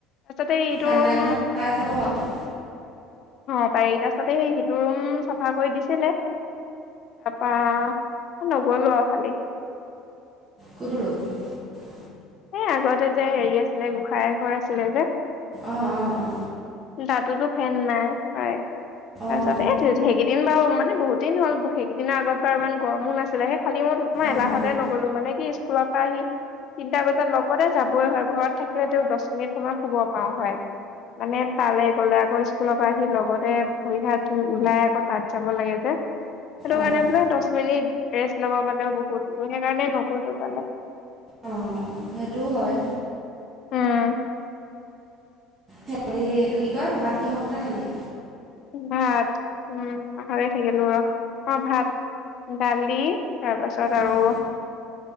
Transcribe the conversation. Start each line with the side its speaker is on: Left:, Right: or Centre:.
Left: তাৰছতে এইটো
Right: ঠাণ্ডা
Left: ৰুম,
Right: দিনত পাই যাব বাৰু
Left: অ পাৰি তাৰছতে সিটো ৰুম চাফা কৰি দিছিলে। তাৰাপা নগলো আৰু খালি।
Right: কোনো ৰৰুম <unintelligible>
Left: এ আগতে যে হেৰি আছিলে, গোঁসাই ঘৰ আছিলে যে
Right: আহ অ অ।
Left: তাতোতো ফেন নাই হয়।
Right: অঁ
Left: তাৰপিছত এই সেইকেইদিন বাৰু মানে বহুত দিন হ'ল, সেইকেইদিনৰ আগত বাৰ ইমান গৰমো নাছিলে হে খালি মোৰ
Right: অঁ
Left: মই এলাহতে
Right: অঁ
Left: নগলো মানে কি স্কুলৰ পৰা আহি তিনিটা বাজ ত লগতে যাবই হয় ঘৰত থাকিলে তেওঁ দশ মিনিট সময় শুব পাও হয়। মানে তালে গলে ঘ স্কুলৰ পৰা আহি লগতে ভৰি হাত ধুই ওলাই আকৌ তাত যাব লাগে যে। সেইটো
Right: অঁ
Left: কাৰণে
Right: অঁ
Left: বোলে দশ মিনিট ৰেষ্ট লব পালেও বহুত, সেইকাৰণে নগলো তালে।
Right: অঁ সেইটোও হয়।
Left: উম।
Right: হেৰি এইটো কি কয় ভাত কিহ হতে খালি?
Left: ভাত উম পাহৰি থাকিলো ৰহ অ ভাত। দালি তাৰপাছত আৰু
Right: অঁ